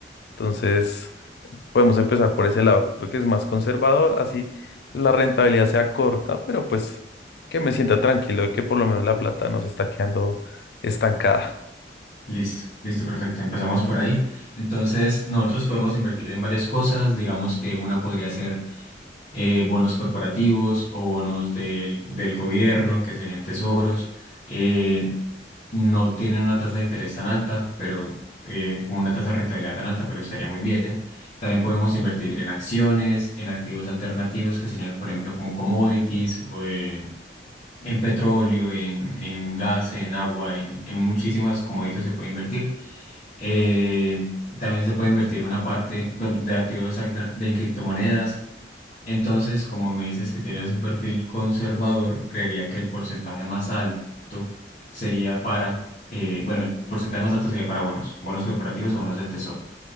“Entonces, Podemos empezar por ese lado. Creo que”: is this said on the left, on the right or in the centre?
Left